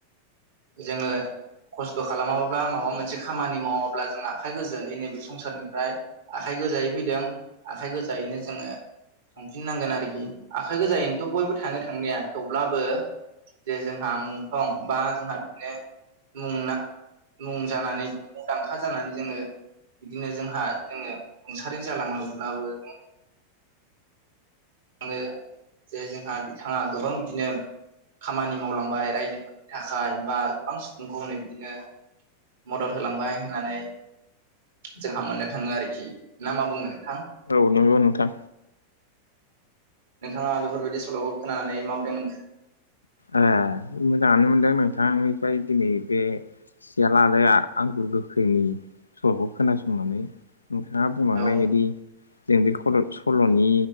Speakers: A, on the right (about 65°); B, on the left (about 80°).
A: जोंङो खस्थ' खालामाब्ला माबा मोनसे खामानि मावाब्ला जों आखाइ गोजायै नैबे संसारनिफ्राय आखाइ गोजायै फैदों आखाइ गोजायैनो जोङो थांफिननांगोन आरोखि आखाइ गोजायैनोथ' बयबो थाङो थांनाया थेवब्लाबो जे जोंहा मुंख्लं बा जोंहा बिदिनो मुंना मुं जानानै मुंदांखा जानानै जोङो बिदिनो जोंहा जोङो रुंसारि जालाङोब्लाबो आङो जे जोंहा बिथाङा गोबां बिदिनो खामानि मावलांबाय रायजोफोरनि थाखाय बा गोबां सुबुंखौ हनै बिदिनो मदद होलांबाय होननानै जोंहा मोननो थाङो आरोखि ना मा बुङो नोंथां
B: औ नंगौ नोंथां
A: नोंथाङा बेफोरबायदि सल'खौ खोनानानै माबोरै मोनखो
B: ए मोजाङानो मोनदों नोंथांनिफ्राय दिनै बे सियाला आरो आंगुर गोखैनि सल'खौ खोनासंनानै नोंथाङा बुंलांनाय
A: औ
B: बायदि जों बे' सल'नि